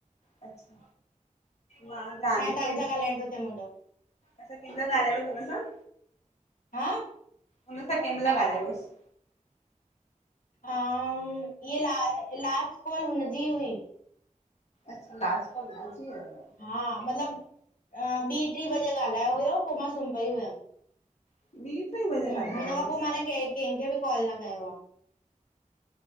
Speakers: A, on the left; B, on the left.
A: अछा मां जानके
B: हाणे तव्हांसां ॻाल्हाइण थो थिए मुंहिंजो
A: अछा किन मल ॻालायवस हुन सां?
B: हा,
A: हुन सां कें मल ॻालायवस?
B: अ इ ल लास्ट कॉल हुनजी हुई।
A: अच्छा लास्ट काल हुनजी हुयव।
B: हा, मतलब ॿीं ट्री बजे ॻाल्हायो हुयो पो मां सुम पई हुयम।
A: <unintelligible>
B: हम हुन खां
A: बसि
B: पो मां ना क केंखे बि कॉल न कयो आ।